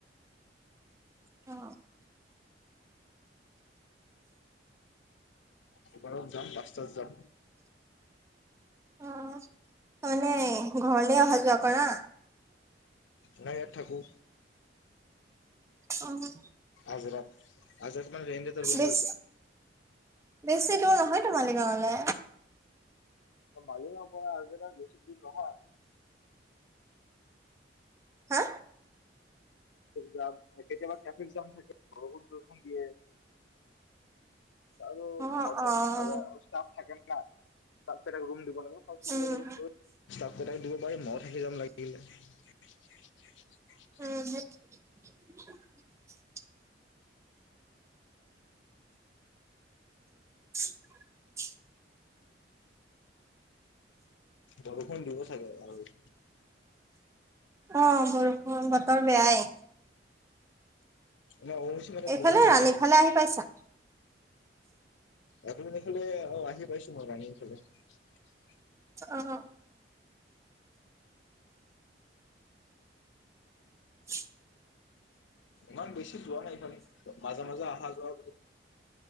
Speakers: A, on the right; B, on the left.
A: অ।
B: দোকান ত যাম, দচটাত যাম।
A: অ', মানে ঘৰলে অহা যোৱা কৰা?
B: নাই, ইয়াত থাকোঁ।
A: অ'।
B: আজৰাত আজ <unintelligible> ৰৰুম
A: বেছ
B: লৈ
A: বেছি দূৰ নহয়, তো মালি গাঁৱলে।
B: মালিগাঁও পৰা আহিলে বেছি দূৰ নহয়।
A: হা?
B: ফে জাম কেতিয়াবা টেফিক জাম থাকে। বহুত বৰষুন দিয়ে। বাৰো
A: অ',
B: ঘৰত
A: অ',
B: মন নাযায় আৰু ষ্টাফ থাকে ন। না ইষ্টাফ কেইটা ৰোম দি। বয়খ সাঁচি
A: উম।
B: এ ৰোম লৈ, ইষ্টাপ কেইটা দিব। বাৰি মত হেইৰাম লাগিলে। <unintelligible>
A: উম হু। <unintelligible>
B: বৰষুণ দিব। চাগে আৰু।
A: অ বৰষুণ, বতৰ বেয়াই।
B: মই অচ মতত
A: এইফালে
B: বৰষুণ দি
A: ৰাণীফালে
B: থাকে।
A: আহি পাইছা?
B: এ খিনি দেখলে। অ আহি পাইছো মই ৰানিং খেলত। <unintelligible>
A: অহ অ। উ <unintelligible>
B: ইমান বেছি। যোৱা হেইখনি মাজে মাজে অহা যোৱাও।